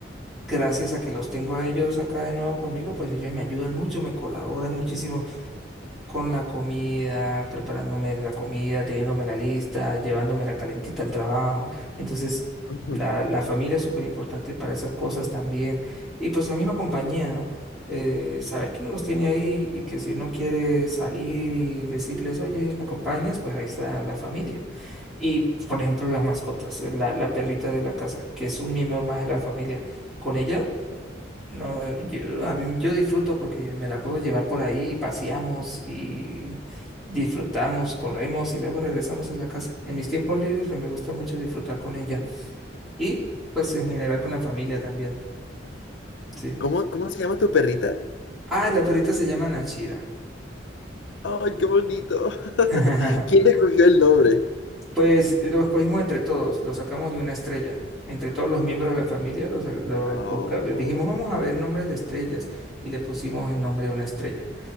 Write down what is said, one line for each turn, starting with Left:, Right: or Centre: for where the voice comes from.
Centre: gracias a que los tengo a ellos acá de nuevo conmigo, pues ellos me ayudan mucho, me colaboran muchísimo con la comida, preparándome la comida, teniéndome la lista, llevándome la calentita al trabajo. Entonces,
Left: Ujú.
Centre: la, la familia es súper importante para esas cosas también. Y pues la misma compañía, ¿no? Eh, saber que no los tiene ahí y que si uno quiere salir y decirles, oye, ¿me acompañas? Pues ahí está la familia. Y, por ejemplo, las mascotas, la, la perrita de la casa, que es un miembro más de la familia. Con ella no, yo, a mí yo disfruto porque me la puedo llevar por ahí, paseamos y disfrutamos, corremos y luego regresamos a la casa. En mis tiempos libres pues, me gusta mucho disfrutar con ella y pues en general con la familia también, sí.
Left: ¿Cómo, cómo se llama tu perrita?
Centre: Ah, la perrita se llama Nachira.
Left: ¡Ay, qué bonito! <laughs>
Centre: <laughs>
Left: ¿Quién le escogió el nombre?
Centre: Pues lo escogimos entre todos, lo sacamos de una estrella. Entre todos los miembros de la familia, lo, sa- lo
Left: Oh,
Centre: busca- dijimos, vamos a ver nombres de estrellas y le pusimos el nombre de una estrella.